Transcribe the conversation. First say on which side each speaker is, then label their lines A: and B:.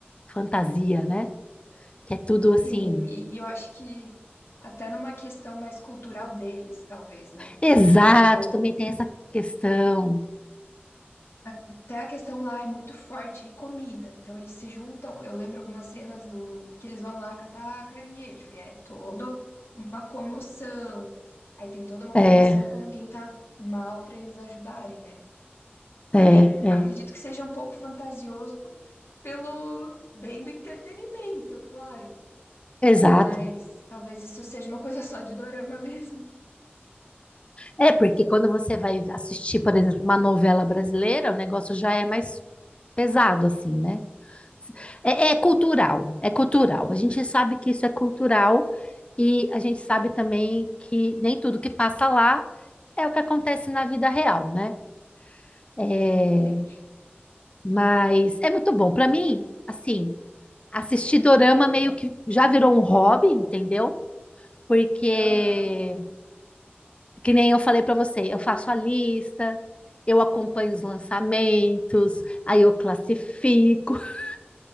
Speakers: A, on the left; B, on the left.
A: fantasia, né? Que é tudo assim.
B: Sim, e eu acho que até numa questão mais cultural deles, talvez, né?
A: Exato,
B: Tipo,
A: também tem essa questão.
B: Até a questão lá é muito forte, comida. Então eles se juntam. Eu lembro algumas cenas do que eles vão lá catar caranguejo. E é toda uma comoção. Aí tem toda uma
A: É,
B: comoção
A: é,
B: quando alguém tá mal pra eles ajudarem, né?
A: é.
B: Também acredito que seja um pouco fantasioso pelo bem do entretenimento, claro.
A: Exato.
B: Mas talvez isso seja uma coisa só de dorama <laughs> mesmo.
A: É, porque quando você vai assistir, por exemplo, uma novela brasileira, o negócio já é mais pesado, assim, né? É,
B: Sim,
A: é cultural, é cultural. A gente sabe que isso é cultural e a gente sabe também que nem tudo que passa lá é o que acontece na vida real, né? É,
B: exatamente.
A: mas é muito bom. Para mim, assim, assistir dorama meio que já virou um hobby, entendeu? Porque
B: Aham.
A: Que nem eu falei para você, eu faço a lista, eu acompanho os lançamentos, aí eu classifico, <laughs>